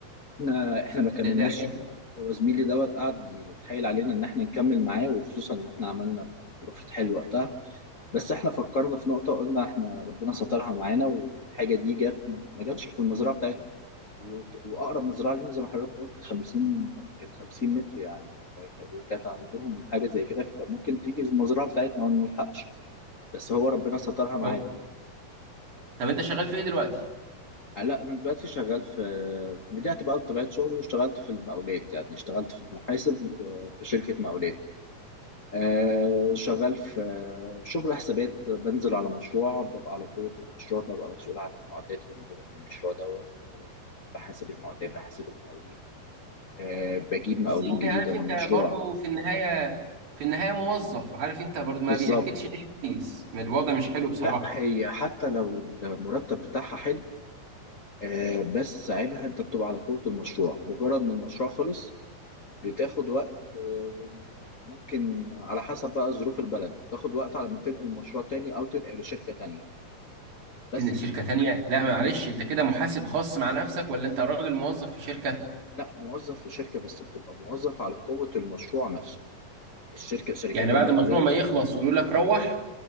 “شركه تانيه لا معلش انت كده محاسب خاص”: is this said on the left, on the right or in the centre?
Right